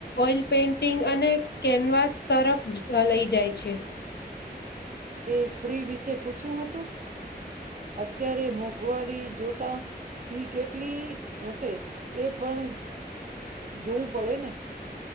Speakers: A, on the left (about 80°); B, on the right (about 50°).
A: ઓઈલ પેન્ટિંગ અને કેનવાસ તરફ લઈ જાય. પ છે.
B: તે ફ્રી વિશે પૂછ્યું હતું. અત્યારે મોંઘવારી જોતા ફી કેટલી હશે એ પણ જોવું પડે ને.